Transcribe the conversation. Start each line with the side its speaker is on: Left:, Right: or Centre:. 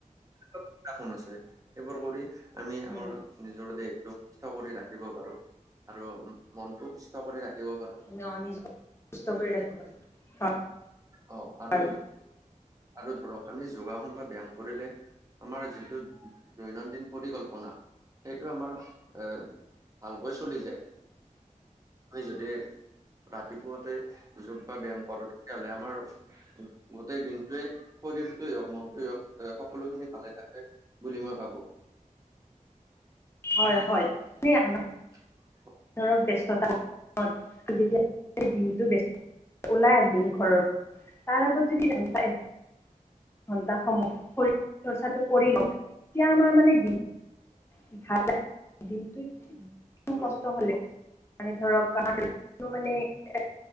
Right: <unintelligible> আছে, সেইবোৰ কৰি আমি আমাৰ
Left: উম
Right: নিজৰ দেহটো সুস্থ কৰি ৰাখিব পাৰোঁ আৰু মনটো সুস্থ কৰি ৰাখিব পাৰো
Left: ন নিজক সুস্থ কৰি ৰাখিব
Right: অ',
Left: হয়
Right: আৰু, আৰু ধৰক আমি যোগাসন বা ব্যায়াম কৰিলে আমাৰ যিটো দৈনন্দিন পৰিকল্পনা, সেইটো আমাৰ এ ভালকৈ চলি যায়। <unintelligible> যদি ৰাতিপুৱাতে যোগ বা ব্যায়াম কৰোঁ তেতিয়াহ'লে আ আমাৰ গোটেই দিনটোৱে শৰীৰটোৱেই হওঁক মনটোৱেই হওঁক এ, সকলোখিনি ভালে থাকে বুলি মই ভাবোঁ।
Left: হয়, হয়। <unintelligible>
Right: <inaudible>
Left: ধৰক ব্যস্ততা, <unintelligible> দিনটো ব্যস্ত। ওলাই আহিম ঘৰৰ, তাৰ আগত যদি নাচায় ঘণ্টা সময় শৰীৰ চৰ্চাটো কৰি লওঁ। এতিয়া আমাৰ মানে <unintelligible>
Right: হয়
Left: <unintelligible>